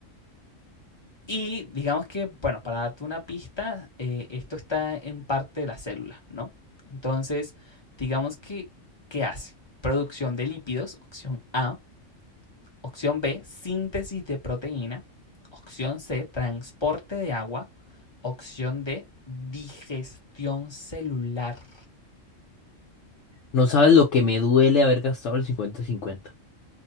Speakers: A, on the left; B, on the left.
A: Y digamos que, bueno, para darte una pista, eh, esto está en parte de la célula, ¿no? Entonces, digamos que, ¿qué hace? Producción de lípidos, opción A. Opción B, síntesis de proteína. Opción C, transporte de agua. Opción D, digestión celular. <laughs>
B: No sabes lo que me duele haber gastado el cincuenta-cincuenta.